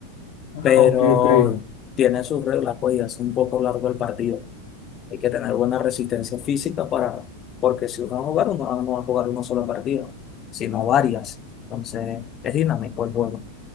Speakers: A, on the left; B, on the left.
A: Ah,
B: pero
A: ok, ok.
B: tiene sus reglas, pues y hace un poco largo el partido. Hay que tener buena resistencia física para, porque si uno va a jugar, uno no va a jugar un solo partido, sino varias. Entonces, es dinámico el juego.